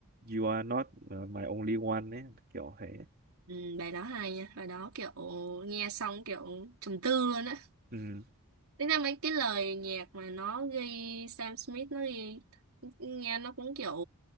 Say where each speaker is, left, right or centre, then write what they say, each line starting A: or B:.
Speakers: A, on the right (about 45°); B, on the right (about 75°).
A: you are not ờ, my only one ấy kiểu thế
B: Ừ, bài đó hay nha, bài đó kiểu nghe xong kiểu trầm tư luôn á.
A: ừ
B: Thế ra mấy cái lời nhạc mà nó ghi Sam Smith nó ghi nghe nó cũng kiểu